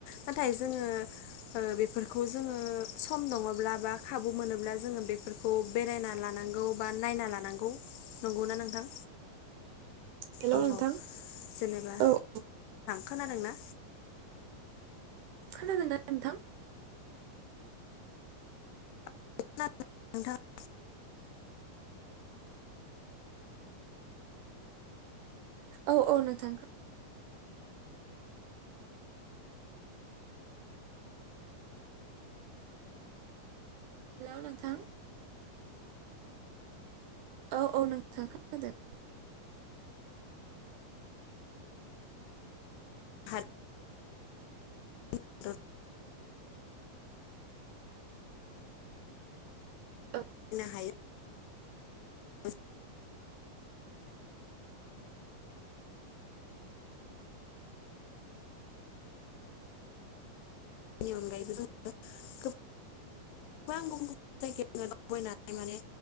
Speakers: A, on the left; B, on the right.
A: नाथाय जोङो ओ बेफोरखौ जोङो सम दङब्ला एबा खाबु मोनोब्ला जोङो बेफोरखौ बेरायना लानांगौ बा नायना लानांगौ। नंगौना नोंथां?
B: हेल'
A: औ
B: नोंथां
A: औ जेनेबा
B: औ <inaudible>
A: खोनादोंना?
B: खोनादों द नोंथां।
A: <unintelligible>
B: औ औ नोंथां हेल' नोंथां। औ औ नोंथां खोनादों
A: हाद <unintelligible> नो
B: औ
A: हायो <inaudible> नि अनगायैबो जोंङो <unintelligible> गोबां गुबुन गुबुन जायगायावनो दावबायनानै माने